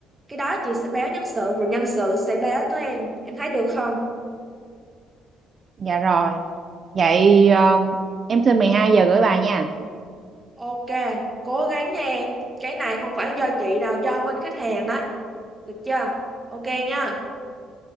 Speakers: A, on the right; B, on the right.
A: cái đó chị sẽ báo nhân sự rồi nhân sự sẽ báo tới em em thấy được không
B: dạ rồi vậy ờ, em xin 12 giờ gửi bài nha
A: Ok, cố gắng nha em. Cái này không phải do chị đâu, do bên khách hàng đó. Được chưa? Ok nha.